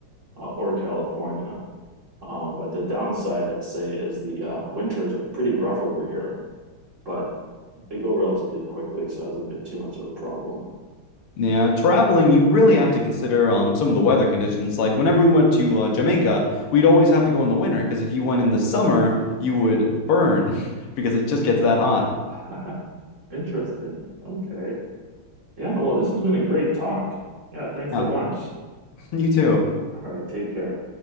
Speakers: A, on the right; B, on the left.
A: uh, or California. Um, but the downside, I'd say, is the uh, winters are pretty rough over here. But they go relatively quickly, so it hasn't been too much of a problem.
B: Yeah, traveling, you really have to consider um some of the weather conditions. Like whenever we went to uh, Jamaica, we'd always have to go in the winter because if you went in the summer, you would burn <laughs> because it just gets that hot.
A: <laughs> Interesting. Okay. Yeah, well, this has been a great talk. Yeah, thanks
B: Yeah,
A: a bunch.
B: <laughs> you too.
A: All right, take care.